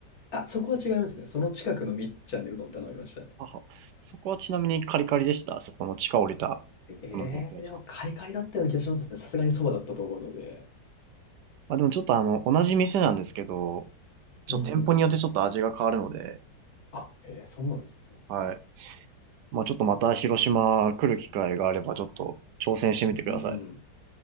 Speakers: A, on the left (about 60°); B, on the right (about 80°).
A: あ、そこは違いますね。その近くのみっちゃんでうどん頼みましたね。
B: ははそこはちなみにカリカリでした。そこの地下降りたお好み焼き屋さん。
A: ええでもカリカリだったような気がしますね。さすがにそばだったと思うので。
B: まあでもちょっとあの、同じ店なんですけど、ちょっと店舗によってちょっと味が変わるので、
A: うん。あ、へえ、そうなんですね。
B: はい。まあちょっとまた広島来る機会があればちょっと挑戦してみてください。
A: うん。